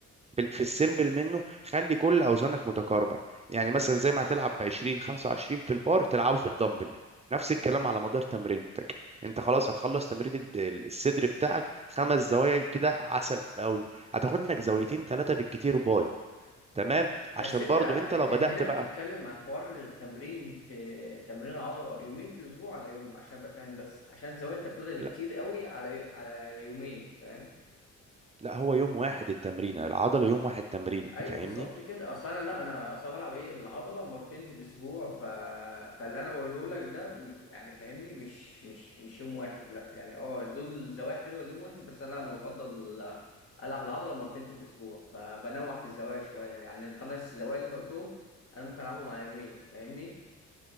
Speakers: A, on the right; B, on the left.
A: بال- في السيمبل منه خلي كل اوزانك متقاربه يعني مثلا زي ما هتلعب 20 25 في البار تلعبه في الدمبل نفس الكلام على مدار تمرينتك انت خلاص هتخلص تمرين الد- الصدر بتاعك خمس زوايا كده عسل قوي هتاخد لك زاويتين ثلاثه بالكتير باي تمام عشان
B: بس انت
A: برضو
B: انت
A: انت لو بدأت
B: هنا
A: بقى
B: بتتكلم عن حوار التمرين في تمرين عضلة يومين في الاسبوع على يوم عشان ابقى فاهم بس عشان الزوايا اللي انت بتقولها دي
A: لا
B: كتير قوي على على يومين فاهم
A: لا هو يوم واحد التمرينه العضله يوم واحد تمرينه
B: ايوه
A: فاهمني
B: بالظبط كده اصل انا لا انا اصل أنا بلعب ايه العضله مرتين في الاسبوع ف... فاللي انا بقوله لك ده م- يعني فاهمني مش مش مش يوم واحد لا يعني اه دول زوايا حلوه ليوم واحد بس انا انا بفضل العب العضله مرتين في الاسبوع فبنوع في الزوايا شويه يعني الخمس زوايا اللي انت قلتهم انا ممكن العبهم على يومين فاهمني